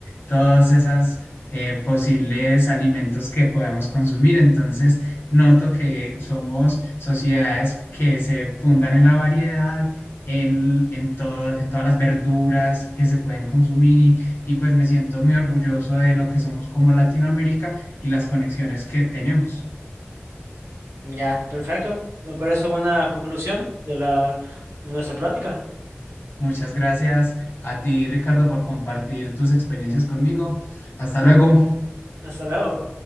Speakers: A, on the left; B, on the right.
A: todos esos posibles alimentos que podemos consumir. Entonces, noto que somos sociedades que se fundan en la variedad en, en, todo, en todas las verduras que se pueden consumir y, y pues me siento muy orgulloso de lo que somos como Latinoamérica y las conexiones que tenemos.
B: Ya, perfecto. Me parece una conclusión de la, de nuestra plática.
A: Muchas gracias a ti, Ricardo, por compartir tus experiencias conmigo. Hasta luego.
B: Hasta luego.